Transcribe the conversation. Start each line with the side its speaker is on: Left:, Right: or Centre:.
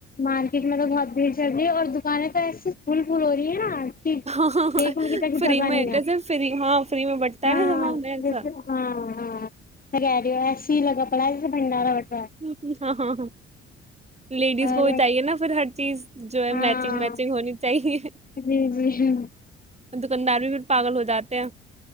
Left: مارکیٹ میں تو بہت بھیڑ چڑ رہی ہے اور ہمانے پ ایسسی پھول پھول ہو رہی ہے نا کہ
Right: ہاں
Left: دیکھنے کی تک
Right: فری
Left: جگہ
Right: میںیسے
Left: نہیں ہے
Right: ف ہاں فری میں بٹتا
Left: ہاں
Right: ہے ن سمان نہیں ایسا
Left: جیسے ہاں ہاں س ای س ہی لگا پنا جس سے بنڈاراتا
Right: ہ ہ ہاں ہاں ہاں لیڈیز
Left: ہے اور
Right: کو بھی چاہیے نا پھر ہر چیز جو ہے
Left: ہاں
Right: میچنگ میچنگ ہونی چاہیے
Left: جی جی
Right: اکن میں بھیھر پاگل ہو جاتے ہیں